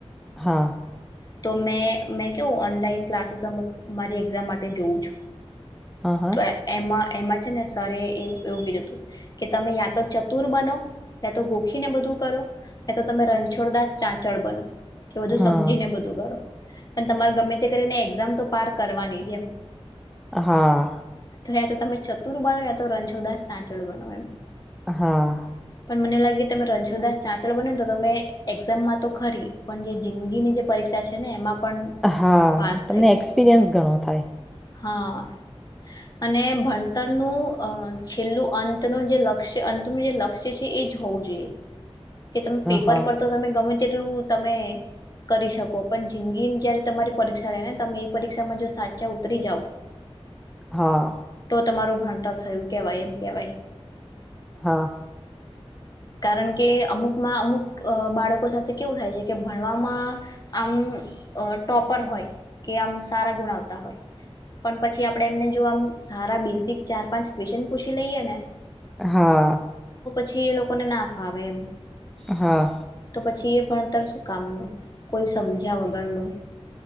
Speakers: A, in the centre; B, on the left.
A: હા.
B: તો મેં મેં કેવું ઓનલાઈન ક્લાસીસ અમુક મારી એક્ઝામ માટે જોઉું છું.
A: હ હા
B: તો એમાં એમાં છે ને સર એ એવું કીધું હતું કે તમે યા તો ચતુર બનો ત્યા તો ગોખીને બધું કરો યાં તો તમે રણછોડદાસ ચાંચળ બનો કે
A: હા
B: સમજીને બધું કરો પણ તમારે ગમે તે કરીને એક્ઝામ તો પાર કરવાની છે એમ
A: હા.
B: તો યા તો તમે ચતુર બનો યા તો રણછોડદાસ ચાચળ બનો એમ
A: હા
B: મને લાગે તમે રણછોડ દાસ ચાંચળ બને તો તમે એક્ઝામમાં તો ખરી પણ જે જિંદગીની જે પરીક્ષા છે ને એમાં પણ
A: હા
B: પાસ
A: તમને
B: થઈ શકો
A: એક્સપિરિયન્સ
B: છો
A: ઘણો થાય.
B: હા અને ભણતરનું છેલ્લું અંતનું જે લક્ષ્ય અંતનું જે લક્ષ્ય છે એ જ હોવું જોઈએ કે તમે પેપર
A: હ
B: પર તો તમે ગમે કેટલું તમે કરી શકો પણ જિંદગીની જયારે તમારી પરીક્ષા રહેે ને તમે એ પરીક્ષામાં જો સાચા ઉતરી જાવ
A: હા
B: તો તમારું ભણતર થયું કેવાય એમ કેવાય
A: હા
B: કારણ કે અમુકમાં અમુક બાળકો સાથે કેવું થાય છે કે ભણવામાં આમ ટોપર હોય કે આમ સારા ગુણ આવતા હોય પણ પછી આપણે એમને જો આમ સારા બેઝિક ચાર પાંચ ક્વેશન પૂછી લઈએ ને
A: હા
B: છે લોકો લોકોને ના ફાવે એમ
A: હા
B: તો એ ભણતર શું કામનું કોઈ સમજ્યા વગરનું